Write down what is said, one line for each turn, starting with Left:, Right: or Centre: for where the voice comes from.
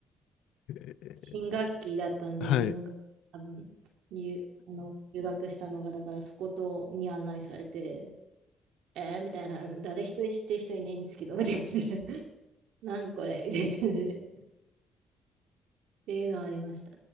Left: えー
Right: 新学期だったんで、
Left: はい。
Right: 自分が多分入、あの、留学したのが、だからそことに案内されて、えー、みたいな、誰一人知ってる人いないんですけど、みたいな感じで、<laughs> なんこれみたいな感じで、っていうのはありました。